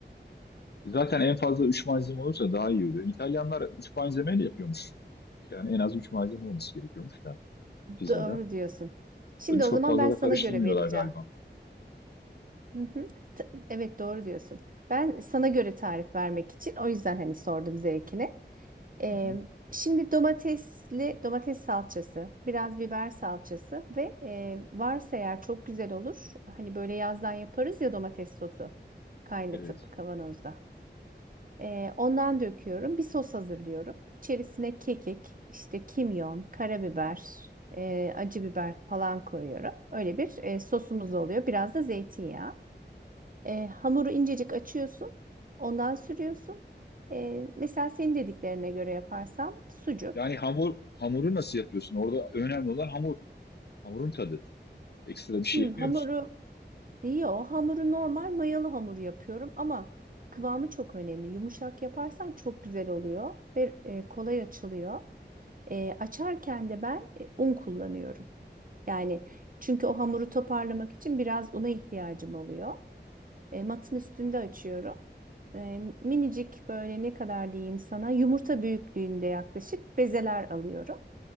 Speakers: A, on the left; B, on the right.
A: zaten en fazla 3 malzeme olursa daha iyi oluyor. İtalyanlar 3 malzemeyle yapıyormuş. Yani en az 3 malzeme olması gerekiyormuş da pizzada.
B: Doğru diyorsun. Şimdi
A: Öyle çok
B: o zaman
A: fazla
B: ben
A: da
B: sana
A: karıştırmıyorlar
B: göre vereceğim.
A: galiba.
B: Hı hı. T- Evet doğru diyorsun. Ben sana göre tarif vermek için o yüzden hani sordum zevkini. Ee,
A: Hı hı.
B: şimdi domatesli domates salçası, biraz biber salçası ve e, varsa eğer çok güzel olur. Hani böyle yazdan yaparız ya domates sosu kaynatıp
A: Evet.
B: kavanozda. Ee, ondan döküyorum. Bir sos hazırlıyorum. İçerisine kekik, işte kimyon, karabiber, e, acı biber falan koyuyorum. Öyle bir e, sosumuz oluyor. Biraz da zeytinyağı. E, hamuru incecik açıyorsun. Ondan sürüyorsun. E, mesela senin dediklerine göre yaparsam sucuk.
A: Yani hamur hamuru nasıl yapıyorsun? Orada önemli olan hamur. Hamurun tadı. Ekstra bir şey
B: Hmm,
A: yapıyor
B: hamuru,
A: musun?
B: yo hamuru normal mayalı hamur yapıyorum ama kıvamı çok önemli. Yumuşak yaparsan çok güzel oluyor ve e, kolay açılıyor. E, açarken de ben e, un kullanıyorum. Yani çünkü o hamuru toparlamak için biraz una ihtiyacım oluyor. E, matın üstünde açıyorum. E, minicik böyle ne kadar diyeyim sana yumurta büyüklüğünde yaklaşık bezeler alıyorum.